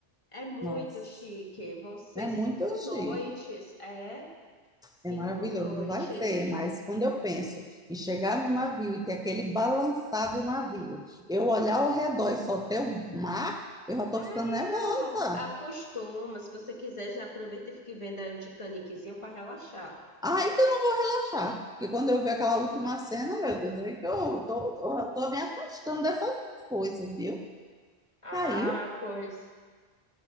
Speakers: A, on the left; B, in the centre.
A: É muito
B: Nossa,
A: chique. Vão ser
B: é
A: cinco
B: muito chique.
A: noites. É, cinco
B: É maravilhoso,
A: noites.
B: vai ser, mas quando eu penso em chegar no navio e ter aquele balançado do navio, eu olhar ao redor e só ter o mar, eu já tô
A: Ah,
B: ficando nervosa.
A: acostuma. Se você quiser, já aproveita e fique vendo aí um Titaniczinho para relaxar.
B: Aí que eu não vou achar, porque quando eu ver aquela última cena, meu Deus, aí que eu tô, eu tô me afastando dessas coisas, viu?
A: Ah,
B: Caiu?
A: pois.